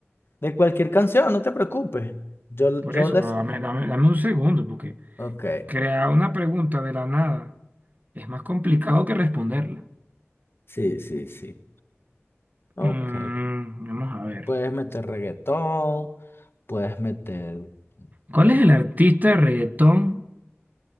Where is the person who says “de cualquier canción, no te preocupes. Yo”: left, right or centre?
Left